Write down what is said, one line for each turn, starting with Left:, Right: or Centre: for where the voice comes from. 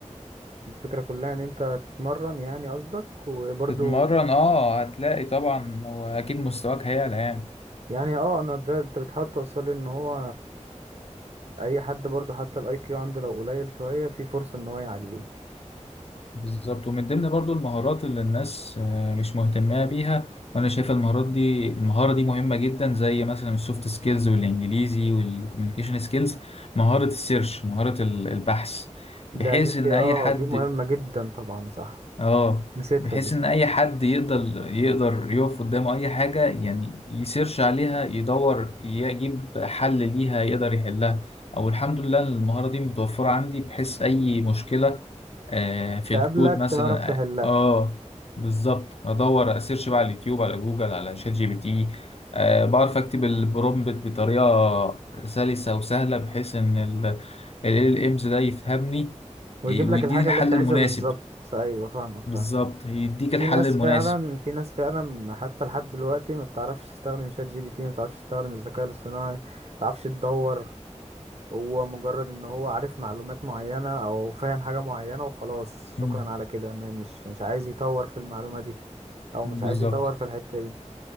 Right: الفكرة كلها ان انت تتمرن يعني قصدك وبرضو
Left: تتمرن اه هتلاقي طبعا واكيد مستواك هيعلى يعني
Right: يعني اه انا ده انت بتحاول توصل لي ان هو اي حد برضو حتى الاي كيو عنده لو قليل شوية في فرصة ان هو يعليه
Left: بالظبط ومن ضمن برضو المهارات اللي الناس آه، مش مهتمة بيها وانا شايف المهارات دي المهارة دي مهمة جدا زي مثلا السوفت سكيلز والانجليزي والكوميونيكيشن سكيلز مهارة السيرش مهارة ال- البحث بحيث
Right: ده دي
Left: ان اي
Right: اه
Left: حد
Right: دي مهمة جدا طبعا صح
Left: اه
Right: نسيتها
Left: بحيث
Right: دي
Left: ان اي حد يقدر يقدر يقف قدامه اي حاجه يعني يسيرش عليها يدور يجيب حل ليها يقدر يحلها او الحمد لله المهاره دي متوفره عندي بحيث اي مشكله آه في
Right: تقابلك
Left: الكود مثلا
Right: تعرف تحلها
Left: اه بالظبط ادور اسيرش بقى على اليوتيوب على جوجل على شات جي بي تي آه بعرف اكتب البرومبت بطريقه سلسه وسهله بحيث ان ال ال ال امز ده يفهمني
Right: ويجيب
Left: ويديني
Right: لك الحاجة
Left: الحل
Right: اللي انت عايزها
Left: المناسب
Right: بالظبط ايوه فاهمك
Left: بالظبط
Right: فاهم
Left: يديك
Right: في
Left: الحل
Right: ناس
Left: المناسب
Right: فعلا في ناس فعلا حتى لحد دلوقتي ما بتعرفش تستخدم شات جي بي تي ما بتعرفش تستخدم الذكاء الاصطناعي ما بتعرفش تدور هو مجرد ان هو عارف معلومات معينة او فاهم حاجة معينة وخلاص شكرا
Left: مم.
Right: على كده م- مش مش عايز يطور في المعلومة دي او
Left: بالظبط
Right: مش عايز يطور في الحتة دي